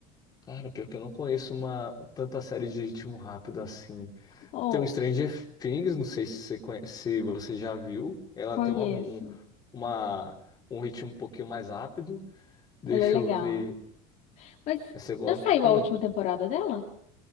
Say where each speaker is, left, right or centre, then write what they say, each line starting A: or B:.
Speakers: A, on the left; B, on the left.
A: Cara, pior que eu não conheço uma tanta série de ritmo rápido assim.
B: Ou
A: Tem o Stranger Things, não sei se você conhece, se você já viu. Ela
B: conheço.
A: tem uma, um, uma- um ritmo um pouquinho mais rápido. Deixa
B: Ela é legal.
A: eu ver.
B: Mas
A: Você gosta?
B: já saiu
A: Hum,
B: a última temporada dela?